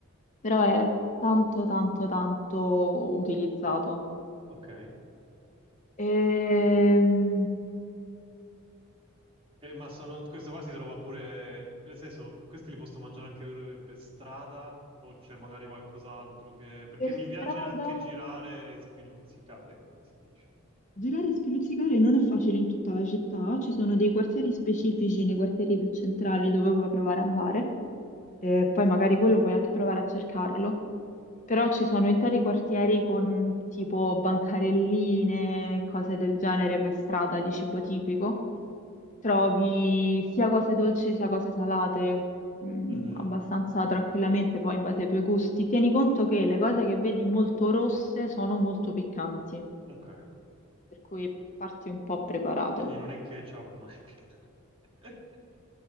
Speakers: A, on the left; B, on the right.
A: Però è tanto, tanto, tanto utilizzato.
B: Ok.
A: Ehm,
B: Eh, ma sono... questo qua si trova pure... Nel senso, questi li posso mangiare anche per, per strada o c'è magari qualcos'altro che... Perché
A: Per
B: mi
A: strada?
B: piace anche girare e spiluzzicare, come si dice.
A: Girare e spiluzzicare non è facile in tutta la città, ci sono dei quartieri specifici nei quartieri più centrali dove puoi provare ad andare, e poi magari quello puoi anche provare a cercarlo, però ci sono interi quartieri con tipo bancarelline, cose del genere per strada di cibo tipico, trovi sia cose dolci sia cose salate, mh,
B: Mhm,
A: abbastanza tranquillamente poi in base ai tuoi gusti. Tieni conto che le cose che vedi molto rosse sono molto piccanti.
B: Ok.
A: per cui parti un po' preparato.
B: Quindi non è ketchup, ma è piccante. <laughs>